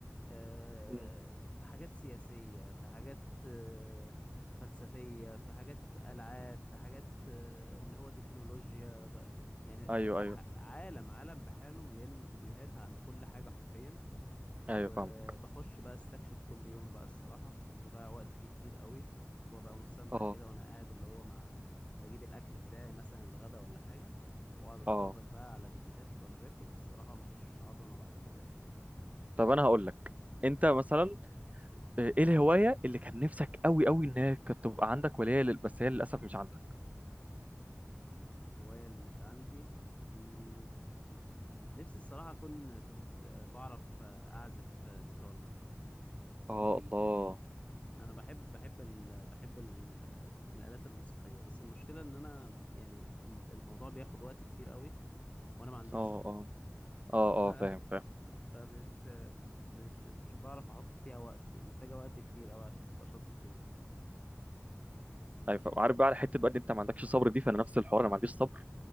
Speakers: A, on the left; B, on the right.
A: أه
B: أمم.
A: حاجات سياسية في حاجات أه فلسفية في حاجات ألعاب في حاجات أه اللي هو تكنولوجيا بقى يعني
B: ايوه
A: ح-
B: ايوه
A: عالم عالم بحاله مليان فيديوهات عن كل حاجة حرفيا
B: ايوه
A: وبخش
B: فاهم
A: بقى استكشف كل يوم بقى الصراحة بضيع وقت فيه كتير قوي وببقى مستمتع
B: اه
A: كده وانا قاعد اللي هو مع بجيب الاكل بتاعي مثلا الغدا ولا حاجة واقعد اتفرج
B: اه
A: بقى على فيديوهات وانا باكل الصراحة مفيش عظمة بعد كده يعني
B: طب انا هقول لك انت مثلا آه، ايه الهواية اللي كان نفسك قوي قوي ان هي كانت تبقى عندك ولا هي لل- بس هي للاسف مش عندك
A: الهواية اللي مش عندي مم. نفسي الصراحة أكون كنت آه، بعرف آه، أعزف آه، جيتار مثلا
B: اه الله
A: أنا بحب بحب ال بحب ال الآلات الموسيقية بس المشكلة إن أنا يعني الم- الموضوع بياخد وقت كتير قوي وأنا ما عنديش
B: اه
A: صبر
B: اه اه
A: <laughs> ف-
B: اه فاهم فاهم
A: فمش مش مش بعرف احط فيها وقت محتاجة وقت كتير قوي عشان تبقى شاطر فيها
B: ايوه فاهم. عارف بقى على حته بقى ان انت ما عندكش صبر دي فانا نفس الحوار انا ما عنديش صبر